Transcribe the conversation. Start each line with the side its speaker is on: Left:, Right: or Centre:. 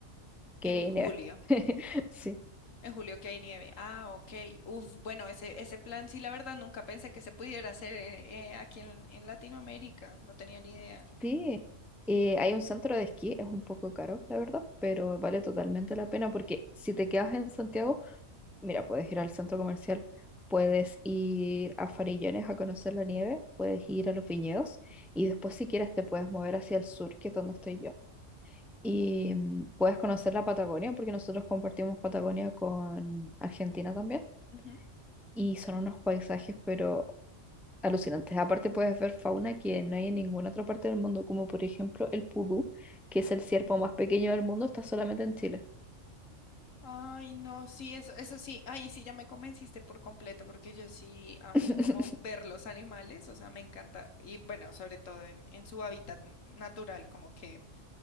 Centre: que
Left: En julio,
Centre: hay nieve. <laughs> Sí.
Left: en julio que hay nieve. Ah, ok. Uf, bueno, ese, ese plan sí, la verdad, nunca pensé que se pudiera hacer eh, eh, aquí en, en Latinoamérica. No tenía ni idea.
Centre: Sí. Eh, hay un centro de esquí, es un poco caro, la verdad, pero vale totalmente la pena porque si te quedas en Santiago, mira, puedes ir al centro comercial, puedes ir a Farillones a conocer la nieve, puedes ir a los viñedos y después si quieres te puedes mover hacia el sur, que es donde estoy yo. Y mm, puedes conocer la Patagonia porque nosotros compartimos Patagonia con Argentina también.
Left: Ujú.
Centre: Y son unos paisajes, pero alucinantes. Aparte puedes ver fauna que no hay en ninguna otra parte del mundo, como por ejemplo el pudú, que es el ciervo más pequeño del mundo, está solamente en Chile.
Left: Ay, no, sí, eso, eso sí, ahí sí ya me convenciste por completo, porque yo sí amo
Centre: <laughs>
Left: como ver los animales, o sea, me encanta, y bueno, sobre todo en, en su hábitat na- natural, como que